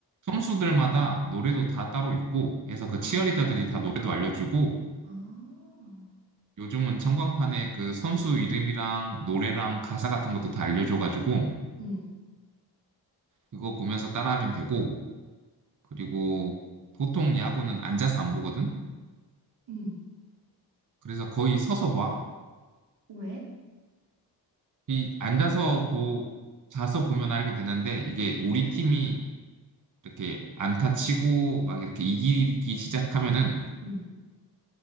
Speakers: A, on the right; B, on the right.
A: 선수들마다 노래도 다 따로 있고 해서 그
B: 아,
A: 치어리더들이
B: 그래?
A: 다 노래도 알려주고
B: 아.
A: 요즘은 청광판에 그 선수 이름이랑 노래랑 가사 같은 것도 다 알려줘가지고
B: 음.
A: 그거 보면서 따라하면 되고 그리고 보통 야구는 앉아서 안 보거든?
B: 음.
A: 그래서 거의 서서 봐.
B: 왜?
A: 이 앉아서 보, 자서 보면 알게 되는데 이게 우리 팀이 이렇게 안타 치고 막 이렇게 이기기 시작하면은
B: 음.